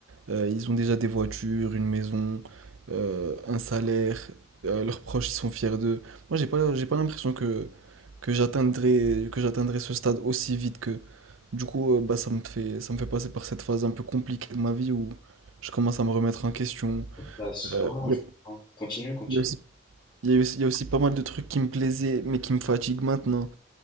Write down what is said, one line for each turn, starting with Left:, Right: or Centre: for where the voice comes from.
Right: Euh, ils ont déjà des voitures, une maison, euh, un salaire. euh, leurs proches, ils sont fiers d'eux. Moi, j'ai pas, j'ai pas l'impression que, que j'atteindrai, que j'atteindrai ce stade aussi vite que. Du coup, euh, bah, ça me fait, ça me fait passer par cette phase un peu compliquée de ma vie où je commence à me remettre en question.
Left: Ouais, sûrement,
Right: Euh, Il
Left: je
Right: y a,
Left: comprends. Continue, continue.
Right: il y a aussi, il y a aussi- il y a aussi pas mal de trucs qui me plaisaient, mais qui me fatiguent maintenant.